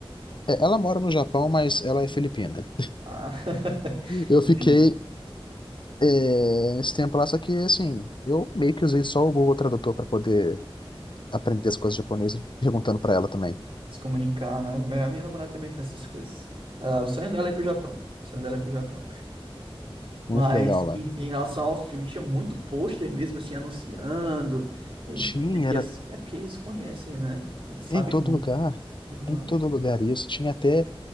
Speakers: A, on the left (about 55°); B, on the right (about 65°).
A: é, ela mora no Japão, mas ela
B: Uhum.
A: é filipina.
B: Ah, <laughs>
A: Eu
B: entendi.
A: fiquei eh, esse tempo lá, só que assim, eu meio que usei só o Google Tradutor para poder aprender as coisas japonesas, perguntando para ela também.
B: Se comunicar, né? Mas A minha namorada também tem essas coisas. Ah, o sonho dela é ir pro Japão. O sonho dela é ir pro Japão. Mas
A: Muito legal lá.
B: em, em relação ao filme, tinha muito pôster mesmo assim anunciando. e
A: Tinha,
B: do que que
A: era
B: ia ser. é porque eles conhecem, né? Eles sabem
A: Em todo
B: muito.
A: lugar,
B: Aham.
A: em todo lugar isso. Tinha até,